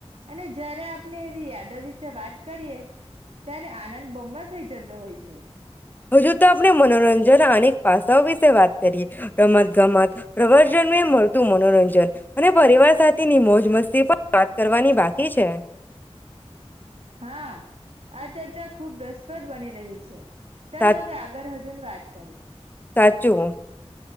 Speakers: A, on the right (about 65°); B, on the left (about 15°).
A: અને જ્યારે આપને એવી યાદો વિશે વાત કરીએ. ત્યારે, આનંદ બમણો થઈ જતો હોય છે.
B: હજુ તો આપણે મનોરંજન અનેક પાસાઓ વિ સે વાત કરીએ. રમત ગમત પ્રવાજન્મે મળતું મનોરંજન, અને પરિવાર સાથેની મોજ મસ્ત પણ વાત કરવાની બાકી છે.
A: હાં, આ ચર્ચા ખુબ રસપ્રદ બની રહી છે. ચાલ
B: સા
A: હવે આગળ હજન વાત કરીએ.
B: સાચું.